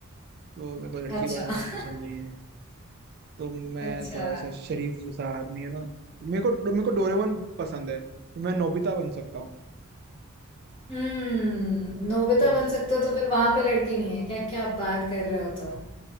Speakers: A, on the right; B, on the left.
A: तो मेरे को लड़की
B: अच्छा
A: बाज लोग
B: <laughs>
A: पसंद नहीं है तो मैं
B: अच्छा
A: थोड़ा ऐसा शरीफ जैसा आदमी है ना मेरे को मेरे को डोरेमोन पसंद है तो मैं नोबिता बन सकता हूँ
B: हम्म नोबिता
A: तो
B: बन सकते हो तो फिर वहां पे लड़की नहीं है क्या क्या बात कर रहे हो तुम